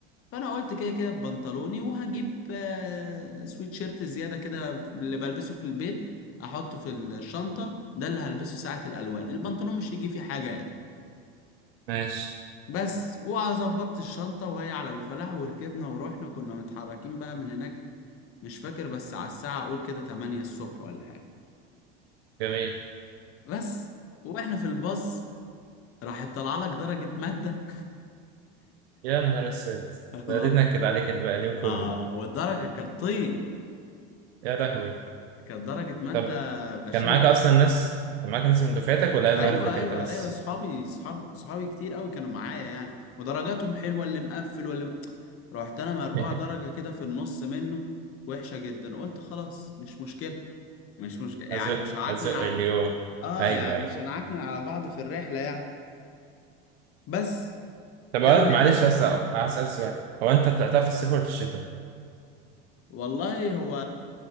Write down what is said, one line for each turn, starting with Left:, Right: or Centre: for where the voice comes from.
Left: فانا قلت كده كده ببنطلوني وهجيب آه، سويت شيرت زياده كده اللي بلبسه في البيت احطه في الشنطه ده اللي هلبسه ساعه الالوان البنطلون مش هيجي فيه حاجه يعني
Right: ماشي
Left: بس وظبطت الشنطه وهي على الفلاح وركبنا ورحنا كنا متحركين بقى من هناك مش فاكر بس على الساعه اقول كده 8 الصبح ولا حاجه
Right: جميل
Left: بس واحنا في الباص راحت طالعه لك درجه ماده
Right: يا نهار اسود
Left: <laughs> الله
Right: بديت نكد عليك بقى اليوم
Left: اه
Right: كله بقى
Left: والدرجه كانت طين
Right: يا لهوي
Left: كانت درجه ماده
Right: طب
Left: غشيمه
Right: كان معاك اصلا ناس كان معاك ناس من دفعتك ولا هي
Left: ايوه
Right: ظهرت لك
Left: ايوه
Right: انت بس
Left: ايوه صحابي صحاب صحابي كتير قوي كانوا معايا يعني ودرجاتهم حلوه اللي مقفل واللي م- رحت انا مرقوع
Right: <laughs>
Left: درجه كده في النص منه وحشه جدا قلت خلاص مش مشكله مش مشكله يعني
Right: ازق
Left: مش هعكنن
Right: ازق
Left: على
Right: اليوم
Left: اه
Right: ايوه
Left: يعني
Right: ايوه
Left: مش هنعكنن على بعض في الرحله يعني بس
Right: طب
Left: كملنا
Right: هو- معلش بس هسأل سؤال هو انت طلعتها في الصيف ولا في الشتاء؟
Left: والله هو